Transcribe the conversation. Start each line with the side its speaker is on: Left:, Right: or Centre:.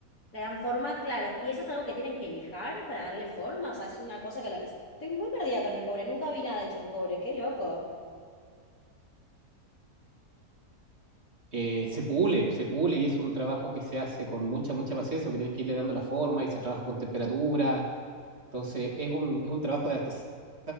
Left: le dan forma, claro. ¿Y eso es algo que tienen que lijar para darle forma? O sea, es una cosa que la que... Estoy muy perdida con el cobre. Nunca vi nada hecho en cobre. Qué loco.
Right: Eh, se pule, se pule y es un trabajo que se hace con mucha, mucha paciencia porque tienes que irle dando la forma y se trabaja con temperatura Entonces, es un, es un trabajo de artesano